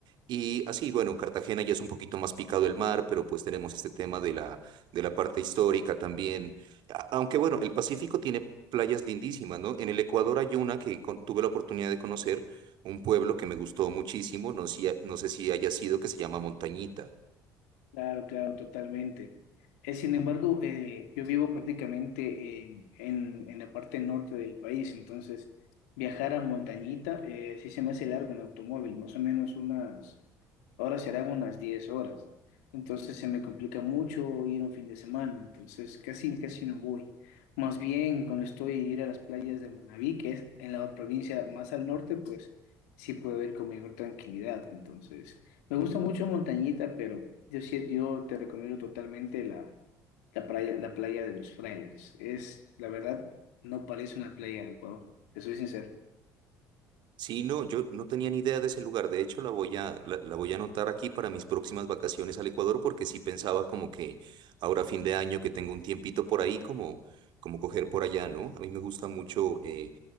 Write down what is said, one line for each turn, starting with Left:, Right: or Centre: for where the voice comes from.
Right: Y así, bueno, Cartagena ya es un poquito más picado el mar, pero pues tenemos este tema de la, de la parte histórica también. A- Aunque bueno, el Pacífico tiene playas lindísimas, ¿no? En el Ecuador hay una que con- tuve la oportunidad de conocer, un pueblo que me gustó muchísimo, no, sé si- no sé si haya sido, que se llama Montañita.
Left: Claro, claro, totalmente. Eh, sin embargo, eh, yo vivo prácticamente en, en- en la parte norte del país, entonces viajar a Montañita eh, sí se me hace largo en automóvil, más o menos unas, ahora serán unas 10 horas. Entonces se me complica mucho ir un fin de semana, entonces casi, casi no voy. Más bien cuando estoy ir a las playas de Manabí, que es en la provincia más al norte, pues sí puedo ir con mayor tranquilidad, entonces... Me gusta mucho Montañita, pero yo sí, yo te recomiendo totalmente la, la playa, la playa de los Frailes. Es, la verdad, no parece una playa de Ecuador, te soy sincero.
Right: Sí, no, yo no tenía ni idea de ese lugar. De hecho, la voy a, la, la voy a anotar aquí para mis próximas vacaciones al Ecuador, porque sí pensaba como que ahora fin de año que tengo un tiempito por ahí, como, como coger por allá, ¿no? A mí me gusta mucho, eh,